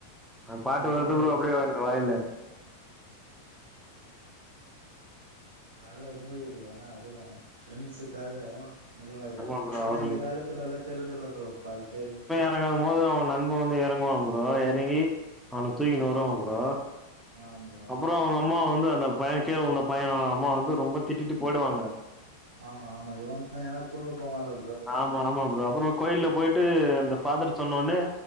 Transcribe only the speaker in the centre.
அந் பாட்டு
வருது ப்ரோ அப்டியே எனக்கு வாய்ல
ஆமா
அவரு
எறங்குறம் போது அவ நண்ப வந்து எறங்குவா ப்ரோ எறங்கி அவன தூக்கினு வருவாங்க ப்ரோ
அப்றோ அவுங்க அம்மா வந்து அந்த பைய கீழ விழுந்த பையனோட அம்மா வந்து ரொம்ப திட்டிட்டு போயிடுவாங்க
ஆமா ஆமா ப்ரோ அப்றோ கோயில்ல போயிட்டு அந்த ஃபாதர் சொன்னோன்னே